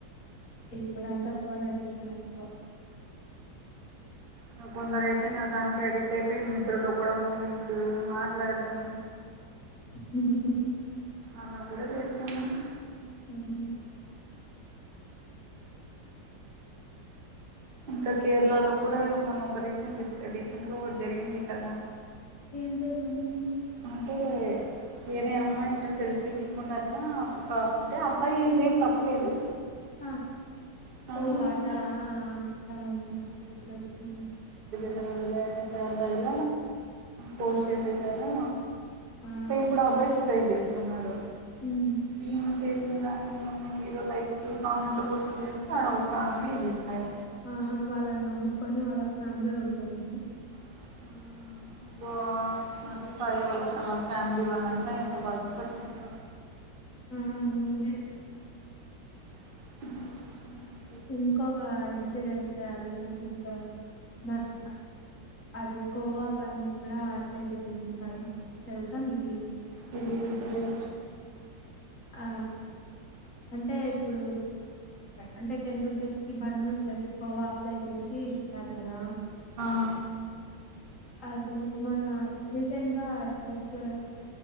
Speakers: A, on the left; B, on the right.
A: ఇప్పుడుంతా ఫోన్ అడిక్షాన్ ఎక్కువ
B: నా కొందరు అయితే నా దానికి అడిక్ట్ అయిపోయి నిద్రలో కూడా మూమెంట్స్ మాట్లాడడంము
A: హ్మ్
B: అలా కూడా చేస్తున్నారు
A: మ్మ్
B: ఇంకా కేరళలో కూడా మొన్న ఒక రీసెంట్ రీసెంట్ గా ఒకటి జరిగింది కదా
A: ఏం జరిగింది
B: అంటే వేరే అమ్మాయి ఇలా సెల్ఫీ తీసుకుంటే అట్లా ఒక అంటే అబ్బాయి ఇదేం తప్పులేదు
A: ఆ
B: కానీ
A: ఓ అదా
B: ఇట్లా
A: ఆ ఆ తెలుసు నాకు
B: <unintelligible> ార్లాద పోస్ట్
A: ఆ
B: చేసేసారా
A: ఆ
B: ఇప్పుడు అబ్బాయి సుసైడ్ చేసుకున్నాడు
A: ఉమ్మ్
B: ఈమె చేసినదా ఈవమ్మీ ఏదో లైక్స్ కామెంట్ల కోసం చేస్తే ఆడ ఒక ప్రాణమే ఎగిరిపాయి
A: ఆ వాళ్ళని నమ్ముకొని వాళ్ళ ఫ్యామిలీ ఉంటుంది
B: <unintelligible> ఫ్యామిలీ వాళ్ళంతా ఎంత బాధపడుంటారో
A: మ్మ్ ఇదే
B: <inaudible>
A: ఇంకొక ఇన్సిడెంట్ అది సంథింగ్ మస్ అది కోవా బన్ కూడా అట్లే జరిగింది కద తెలుసా మీకు
B: తెలీదు తెలీదు
A: ఆ అంటే ఇప్పుడు అంటే టెన్ రూపీస్ కి బన్ను ప్లస్ కోవా అప్లై చేసి ఇస్తారు కదా
B: ఆ
A: అది మొన్న రీసెంట్ గా ఫస్ట్